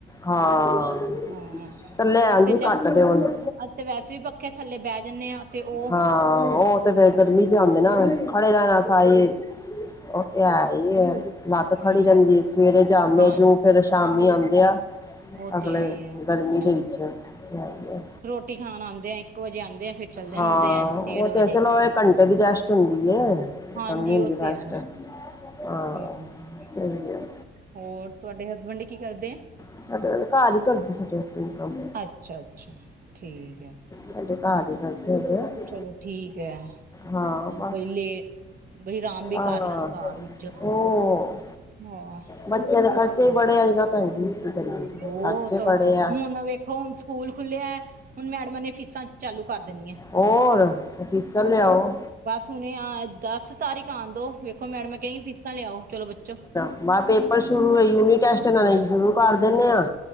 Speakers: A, on the left (about 15°); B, on the right (about 45°).
A: ਹਾਂ,
B: ਹਾਂ
A: ਤੇਲਿਆ
B: ਅਸੀਂ
A: ਉਂਝ ਹੀ
B: ਚੱਲ
A: ਕੱਟ ਦਿਓ ਉਨੂੰ।
B: ਅਸੀਂ ਤੇ ਵੈਸੇ ਵੀ ਪੱਖੇ ਥੱਲੇ ਬਹਿ ਜੰਨੇ ਆ ਤੇ ਉਹ
A: ਹਾਂ ਉਹ ਤੇ ਫੇਰ ਗਰਮੀ 'ਚ' ਆਂਦੇ ਨਾ ਖੜੇ ਰਹਿਣਾ ਸਾਹੀ ਉਹ ਤੇ ਹੈ ਹੀ ਲੱਤ ਖੜੀ
B: ਹਮ
A: ਰਹਿੰਦੀ ਸਵੇਰੇ ਜਾਂਦੇ
B: ਹਾਂ
A: ਆ ਜੂ ਫਿਰ ਸ਼ਾਮੀ ਆਉਂਦੇ ਆ
B: ਉਹ
A: ਅਗਲੇ
B: ਤੇ ਹੈ ਹੀ ਆ
A: ਗਰਮੀ ਦੇ
B: ਹਮ
A: ਵਿੱਚ ਹੈਈਏ।
B: ਰੋਟੀ ਖਾਣ ਆਉਂਦੇ ਆ ਇੱਕ ਵਜੇ ਆਉਂਦੇ ਆ ਫਿਰ ਚੱਲ ਜਾਂਦੇ
A: ਹਾਂ
B: ਆ
A: ਉਹ
B: ਡੇਢ
A: ਤੇ
B: ਵਜੇ
A: ਚਲੋ ਇਕ ਘੰਟੇ ਦੀ ਰੈਸਟ ਹੁੰਦੀ ਏ
B: ਹਾਂਜੀ
A: ਕਰਨੀ ਹੁੰਦੀ
B: ਉਹ
A: ਰੈਸਟ
B: ਤੇ ਹੈ
A: ਹਾਂ
B: ਹਮ
A: ਤਹੀ ਐ
B: ਹੋਰ ਤੁਹਾਡੇ ਹਸਫਿਡ ਕੀ ਕਰਦੇ ਆ
A: ਸਾਡੇ ਘਰ ਹੀ ਕਰਦੇ ਸਾਡੇ ਕੋਈ ਕੰਮ
B: ਅੱਛਾ ਅੱਛਾ ਠੀਕ ਹੈ
A: ਸਾਡੇ ਘਰ ਹੀ ਦੱਸ ਦੇ ਪਏ।
B: ਚਲੋ ਠੀਕ ਹੈ
A: ਹਾਂ ਬਸ
B: ਬਈ ਲੇ ਬਈ ਆਰਾਮ ਵੀ
A: ਆਹ
B: ਕਰ ਲੈਣ ਘਰ ਵਿੱਚ
A: ਹੋਰ।
B: ਹਾਂ
A: ਬੱਚਿਆਂ ਦੇ ਖਰਚੇ ਵੀ ਬੜੇ ਅੱਜ ਭੈਣ ਜੀ ਕੀ ਕਰੀਏ
B: ਬਹੁਤ
A: ਖਰਚੇ ਬੜੇ ਆ
B: ਹੁਣ ਵੇਖੋ ਹੁਣ ਸਕੂਲ ਖੁੱਲਿਆ ਹੁਣ ਮੈਡਮਾਂ ਨੇ ਫੀਸਾਂ ਚਾਲੂ ਕਰ ਦੇਣੀਆਂ
A: ਹੋਰ ਹੁਣ ਫੀਸਾਂ ਲਿਆਓ।
B: ਬਸ ਹੁਣੇ ਆ ਦਸ ਤਾਰੀਖ ਆਉਣ ਦੋ ਵੇਖੋ ਮੈਡਮ ਮੈਂ ਕਹਗੀ ਫੀਸਾਂ ਲਿਆਓ ਚਲੋ ਬੱਚੋ।
A: ਮੈਂ ਪੇਪਰ ਸ਼ੁਰੂ ਹੋ, ਯੂਨੀ ਟੈਸਟ ਲ ਸ਼ੁਰੂ ਕਰ ਦਿੰਦੇ ਆ।